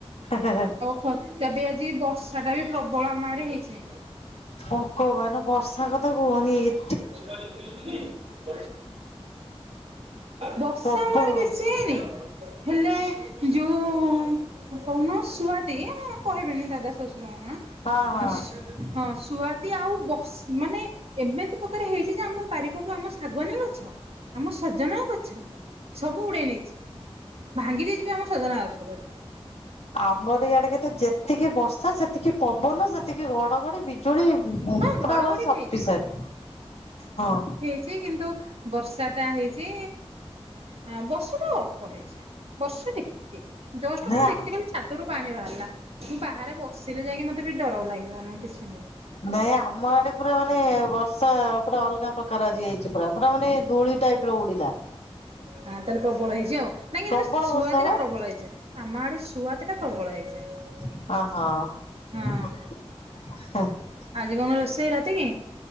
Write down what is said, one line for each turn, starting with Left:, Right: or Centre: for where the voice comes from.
Left: ହେ ହେ।
Right: ଫରଛା ବି ଆଜି ବର୍ଷା ଟା ବି ପ୍ରବଳ ଆମଆଡେ ହେଇଛି।
Left: ଭଗବାନ ବର୍ଷା କଥା କୁହନି ଏ।
Right: ବ ବର୍ଷା
Left: ପ୍ରବଳ
Right: ଆମ ଆଡେ ବେଶି
Left: ବର୍ଷା
Right: ହେଇନି ହେଲେ ଯଉ କହୁନ ସୁୁଆତି କହିବିନି ଦାଦା ଶଶୁର ଙ୍କ
Left: ହଁ ହଁ
Right: ନାସୁ ହଁ ସୁ। ସୁଆତି ଆଉ ବସ୍ ମାନେ ଏବେ ଏତେ ପ୍ରକାର ହେଇଛି ଯେ ଆମ ବାଡ଼ି ପଟୁ ଆମ ଶାଗୁଆନି ଗଛ ଆମ ସଜନା ଗଛ ସବୁ ଉଡେଇ ନେଇଛି ଭାଙ୍ଗି ଦେଇଛି ବି ଆମ ସଜନା ଗଛ କ।
Left: ଆମର ଇଆଡେ କେତେ ଯେତିକି ବର୍ଷା ସେତିକି ପବନ ସେତିକି ଘଡଘଡି ବି ବିଜୁଳି ପୁ
Right: ହଁ
Left: ପୁରା
Right: ଘଡଘଡି
Left: ସପିସେଣ୍ଡ୍
Right: ବି ହେଇଛି।
Left: ହଁ।
Right: ଅଛି କିନ୍ତୁ ବର୍ଷାଟା ହେଇଛି ଆଁ ବର୍ଷାଟା ଅଳ୍ପ ହେଇଛି। ବର୍ଷା ଟିକେ ଜଷ୍ଟ୍
Left: ନାଇଁ
Right: ମୁଁ
Left: ଆ
Right: ଦେଖିଛିି ଖାଲି ଛାତରୁ ପାଣି ବାହାରିଲା। ମୁଁ ବାହାରେ ବସିଲି ଯାଇକି ମତେ ବି ଡର ଲାଗିଲା ନାହି କିଛି। ନାହିଁ
Left: ନାଇଁ ଆମ ଆଡେ ପୁରା ମାନେ ବଷ ପୁରା ଅଲଗା ପ୍ରକାର ଆଜି ହେଇଛି ପୁରା ପୁରା ମାନେ ଧୂଳି ଟାଇପି ର ଉଡିଲା।
Right: ହାଁ ତାହେଲେ ପ୍ରବଳ ହେଇଛି ଆଉ ନାଇଁ କିନ୍ତୁ
Left: ପ୍ରବଳ
Right: ସୁଆତି
Left: ବର୍ଷା ବା
Right: ଟା ପ୍ରବଳ ହେଇଛି। ଆମ ଆଡେ ସୁଆତି ଟା ପ୍ରବଳ ହେଇଯାଏ।
Left: ଅ ହ
Right: ହଁ
Left: ହୁଁ।
Right: ଆଜି କଣ ରୋଷେଇ ରାତି କି।